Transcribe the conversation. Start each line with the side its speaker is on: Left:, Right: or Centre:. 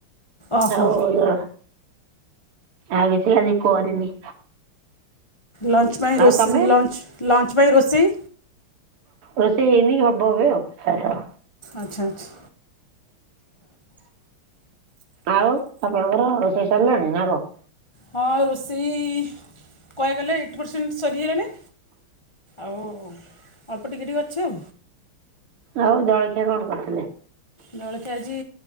Left: ଓହୋ
Right: ଆଉ। ହଉ ଆଉ କିଛି ଆଜି କରିନି।
Left: ଲଞ୍ଚ୍ ପାଇଁ ରୋଷ
Right: ଆଉ ତମେ?
Left: ଲଞ୍ଚ୍ ଲଞ୍ଚ୍ ପାଇଁ ରୋଷେଇ?
Right: ରୋଷେଇ ହେଇନି ହବ ଏବେ ଆଉ, ଖାଇଦବ।
Left: ଆଚ୍ଛା ଆଚ୍ଛା
Right: ଆଉ ଆପଣଙ୍କର ରୋଷେଇ ସରିଲାଣି ନା କଣ?
Left: ହଁ ରୋଷେଇ କହିଆକୁ ଗଲେ ଏଇଟି ପରସେଣ୍ଟ ସରିଗଲାଣି ଆଉ ଅଳ୍ପ ଟିକେ ଟିକେ ଅଛି ଆଉ।
Right: ଆଉ ଜଳଖିଆ କଣ କରିଥିଲେ?
Left: ଜଳଖିଆ ଆଜି